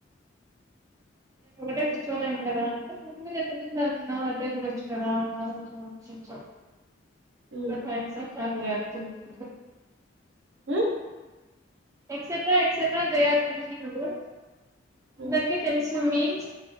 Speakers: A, on the right; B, on the right.
A: నేనొకటే కూర్చోలేను కదా అంటే ముందు ఎంత మీంద అన్నా అద్దే తినొచ్చు గదా అన్నారు నేన్ వస్తుంటే
B: ఉమ్
A: రేపు ఎక్సక్ట్ రా ఎక్సమ్ కు
B: హ్మ్
A: ఎక్సెట్రా ఎక్సెట్రా థెయ్ అరే ఫినిషింగు అందర్కి
B: ఉమ్
A: తెన్సు టో మీన్స్